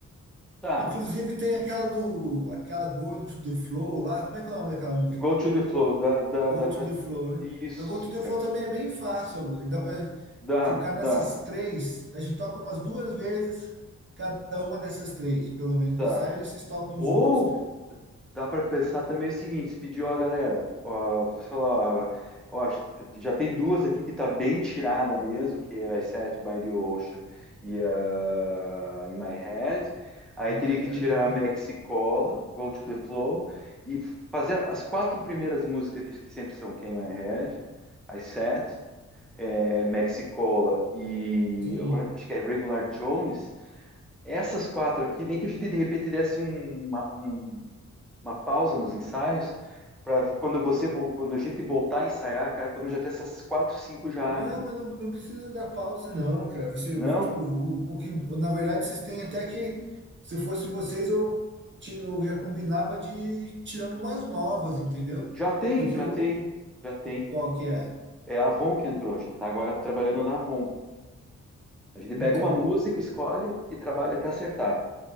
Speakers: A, in the centre; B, on the right (about 40°).
A: Tá.
B: Inclusive tem aquela do, aquela Going to the Flow lá, como é que é o nome daquela música?
A: Go to the flow. Dá, dá,
B: Go
A: dá pra.
B: to the Flow, né?
A: Isso,
B: A Go to the
A: cara.
B: Flow também é bem fácil, dá para
A: Dá,
B: focar
A: dá,
B: nessas três. A gente toca umas duas vezes cada uma dessas três, pelo menos no
A: tá.
B: ensaio, eles tocam
A: Ou
B: os outros.
A: Dá para pensar também o seguinte, se pedir, ó, galera, ó, você falar, ó, ó, acho que já tem duas aqui que tá bem tirada mesmo, que é I Sat by the Ocean e a In My Head. Aí
B: In
A: teria
B: my
A: que
B: head,
A: tirar
B: aham.
A: a Mexicola, Go to the Flow, e fazer as quatro primeiras músicas que, que sempre são, que é In My Head, I Sat, é, Mexicola e
B: Sim.
A: agora acho que é Regular Jones. Essas quatro aqui, nem que a gente de repente desse um, uma- um- uma pausa nos ensaios, para quando você quando a gente voltar a ensaiar, cara, pelo menos já ter essas quatro, cinco já.
B: Não, mas não, não precisa dar pausa, não, cara. Você,
A: Não,
B: tipo, o, o que, na verdade, vocês têm até que, se eu fosse vocês, eu, tinha, eu já combinava de ir tirando umas novas, entendeu?
A: já tem,
B: Porque
A: já
B: eu,
A: tem, já tem.
B: qual que é?
A: É a Avon que entrou, a gente está agora trabalhando na Avon. A gente pega
B: Então,
A: uma música, escolhe e trabalha até acertar.